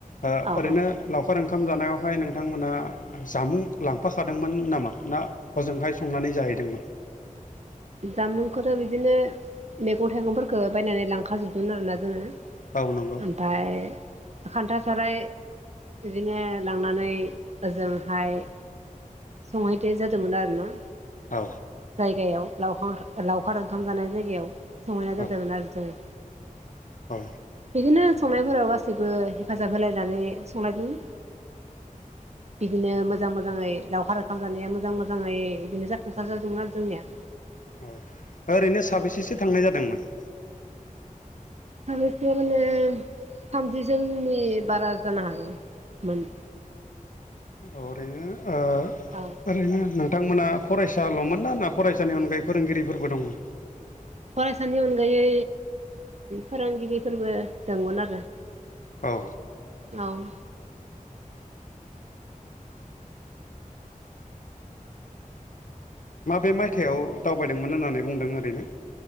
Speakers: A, on the left (about 65°); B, on the right (about 50°).
A: ओ
B: औ
A: ओरैनो
B: औ
A: लावखार ओंखाम जानायावहाय नोंथांमोनहा जामुं लांफाखादोंमोन नामा ना हजोंहाय संनानै जाहैदोंमोन?
B: जामुंखौथ' बिदिनो मैगं थाइगंफोरखौ बायनानै लांखा जोबदोंमोन आरोना जोङो।
A: औ नंगौ।
B: ओमफाय खान्था साराइ बिदिनो लांनानै ओजोंहाय संहैदे जादोंमोन आरोना
A: औ
B: जायगायाव लावखार लावखार ओंखाम जानाय जायगायाव। सहायना
A: औ
B: जादों ओरोना जोङो
A: औ
B: बिदिनो संनायफोराव गासैबो हेफाजाब होलायनानै संलायदों बिदिनो मोजां मोजाङै लावखार ओंखाम जानाया मोजां मोजाङै बिदिनो जाफुंसार जादोंमोन आरो जोंनिया
A: औ ओरैनो साबैसेसो थांनाय जादोंमोन
B: साबैसेनो माने थामजि जोननि बारा जानो हागौमोन
A: अ ओरैनो ओ
B: औ
A: ओरैनो नो थांमोना फरायसाल'मोन ना ना फरायसानि अनगायै फोरोंगिरिफोरबो दंमोन
B: फरायसानि अनगायै फोरोंगिरिफोरबो दंमोन आरो
A: औ
B: औ
A: माबे मायथाइयाव दावबायदोंमोन होननानै बुंदों ओरैनो?